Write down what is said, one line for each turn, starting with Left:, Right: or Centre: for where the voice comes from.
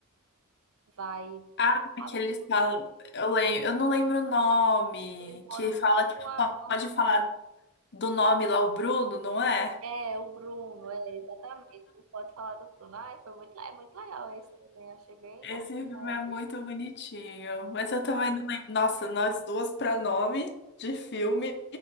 Right: vai
Left: Ah,
Right: ali
Left: que eles
Right: pelo
Left: falam,
Right: rio,
Left: eu lembro, eu não lembro o nome,
Right: eles moram
Left: que fala
Right: tipo
Left: que
Right: numa,
Left: não pode falar do nome lá, o Bruno, não é?
Right: É, o Bruno, é, exatamente. Não pode falar do Bruno. Ai, foi muito, le- é muito legal esse também. Achei bem interessante.
Left: Esse filme é muito bonitinho, mas eu também não lembro. Nossa, nós duas pra nome de filme,